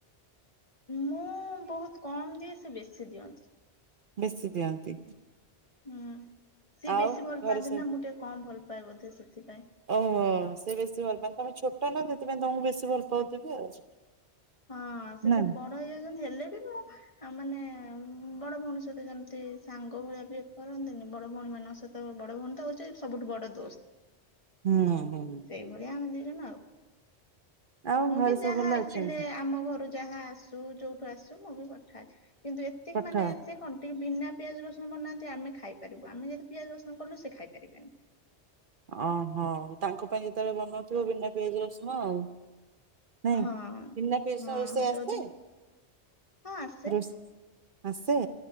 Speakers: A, on the left; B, on the right.
A: ମୁଁ ବହୁତ୍ କମ୍ ଦିଏ ସେ ବେଶୀ ଦିଅନ୍ତି।
B: ବେଶୀ ଦିଅନ୍ତି।
A: ହୁଁ, ସିଏ
B: ଆଉ
A: ବେଶୀ ଭଲ
B: ଘରେ
A: ପାଆନ୍ତି
B: ସବୁ
A: ନା, ମୁଁ ଟିକେ କମ୍ ଭଲ ପାଏ ବୋଧେ ସେଥିପାଇଁ‌।
B: ଓହୋଃ ସେ ବେଶୀ ଭଲ ପାନ୍ତି ତମେ ଛୋଟ ନା, ସେଥିପାଇଁ ତମକୁ ବେଶୀ ଭଲ ପାଉଥିବେ ଆଉ।
A: ହଁ ସେ
B: ନା
A: ଟିକେ ବଡ ହେଇଯାଉଛନ୍ତି ହେଲେ ବି ମୁଁ ଆପ୍
B: <inaudible>
A: ଉଁ ବଡ ଭଉଣୀ ସହିତ ଯେମିତି ସାଙ୍ଗ ଭଳିଆ ବିହେଭ୍ କରନ୍ତିନି, ବଡ ଭଉଣୀମାନଙ୍କ ସହିତ ବଡ ଭଉଣୀ ତ ହଉଛି ସବୁ ସବୁଠୁ ବଡ଼ ଦୋସ୍ତ।
B: ହୁଁ- ହୁଁ।
A: ସେଇଭଳିଆ <inaudible> ମୁଁ
B: ଆଉ ଘରେ
A: ବି ଯାହା
B: ସବୁ ଭଲ
A: ଆସିଲେ
B: ଅଛନ୍ତି
A: ଆମ ଘରୁ ଯାହା ଆସୁ ଯୋଉଠୁ ଆସୁ ମୁଁ ବି ପଠାଏ କିନ୍ତୁ ଏତିକି
B: ପାଠ।
A: ମାନେ ସେ କଣ ଟିକେ ବିନା ପିଆଜ ରସୁଣ ବନାନ୍ତି ଆମେ ଖାଇପାରିବୁ, ଆମେ ଯଦି ପିଆଜ ରସୁଣ କଲୁ ସେ ଖାଇ ପାରିବେନି।
B: ଓହୋଃ ତାଙ୍କ ପାଇଁ ଯେତେବେଳେ ବନଉଥିବ ବିନା ପିଆଜ ରସୁଣ ଆଉ। ନାଇଁ?
A: ହଁ
B: ବିନା ପିଆଜ ରସୁଣ
A: ହଁ
B: ରୋଷେଇ ଆସେ?
A: ଯୋଉଦିନ ହଁ ଆସେ
B: ରୋଷ୍ ଆସେ?